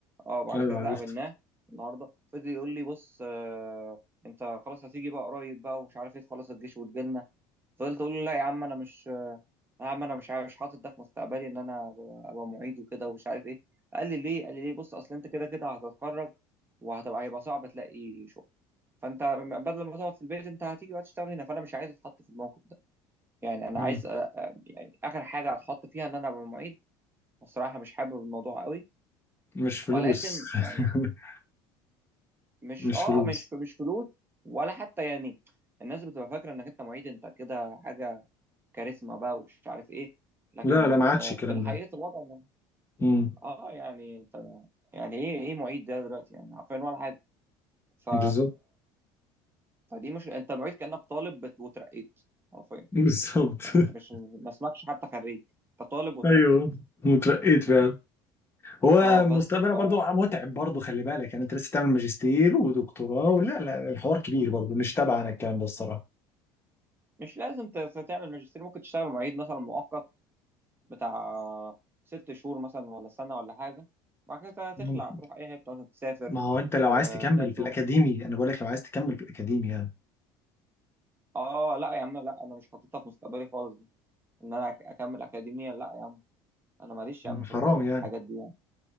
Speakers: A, on the right; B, on the left.
A: اه بعد
B: ايوه
A: كده
B: عرفت
A: قابلناه النهارده فضل يقول لي بص آه انت خلاص هتيجي بقى قريب بقى ومش عارف ايه تخلص الجيش وتجيلنا فضلت اقول له لا يا عم انا مش يا عم انا مش عارف مش حاطط ده في مستقبلي ان انا ابقى أبقى معيد وكده ومش عارف ايه قال لي ليه قال لي ليه بص اصل انت كده كده هتتخرج وهتبقى هيبقى صعب تلاقي شغل فانت بدل ما تقعد في البيت انت هتيجي بقى تشتغل هنا فانا مش عايز اتحط في الموقف ده يعني انا
B: مم.
A: عايز أ- أ- يعني اخر حاجه هتحط فيها ان انا ابقى معيد بصراحه مش حابب الموضوع قوي
B: مش فلوس
A: ولكن يعني
B: <laughs>
A: مش
B: مش
A: اه
B: فلوس
A: مش في مش فلوس ولا حتى يعني الناس بتبقى فاكره انك انت معيد انت كده حاجه كاريزما بقى ومش عارف ايه لكن
B: لا لا ما عادش
A: آه،
B: الكلام
A: في الحقيقه
B: ده
A: الوضع إنه-
B: امم
A: اه يعني انت يعني ايه ايه معيد ده دلوقتي يعني عارفين ولا حاجه ف
B: بالظبط
A: فدي مش انت المعيد كانك طالب بت- وترقيت حرفيا
B: بالظبط
A: يعني
B: <laughs>
A: انت مش ما اسمكش حتى خريج انت طالب وترقيت
B: ايوه وترقيت فعلا هو
A: اه
B: مستقبلها
A: بس ف
B: برضو متعب برضو خلي بالك يعني انت لسه تعمل ماجستير ودكتوراه ولا لا الحوار كبير برضو مش تبعنا الكلام ده الصراحه
A: مش لازم ت- تعمل ماجستير ممكن تشتغل معيد مثلا مؤقت بتاع ست شهور مثلا ولا سنة ولا حاجة بعد كده تخلع
B: مم.
A: تروح أي حتة مثلا تسافر
B: ما هو انت لو
A: آه،
B: عايز تكمل
A: تلاقي شغل
B: في الاكاديمي انا بقول لك لو عايز تكمل في الاكاديمي يعني
A: اه لا يا عم لا انا مش حاططها في مستقبلي خالص دي ان انا أك- اكمل اكاديميا لا يا عم انا ماليش
B: مم.
A: يا عم
B: حرام
A: في الحاجات
B: يعني
A: دي يعني